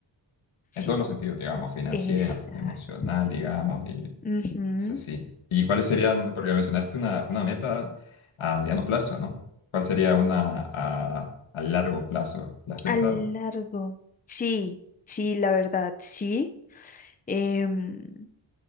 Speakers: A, on the left (about 20°); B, on the left (about 80°).
A: Sí.
B: en todos los sentidos, digamos, financiera,
A: Exacto.
B: emocional, digamos, y
A: Ujú,
B: Sí, sí. ¿Y cuáles serían, porque mencionaste una, una meta a mediano plazo, ¿no? ¿Cuál sería una a, a largo plazo? ¿La has pensado?
A: A largo. Sí, sí, la verdad, sí. em,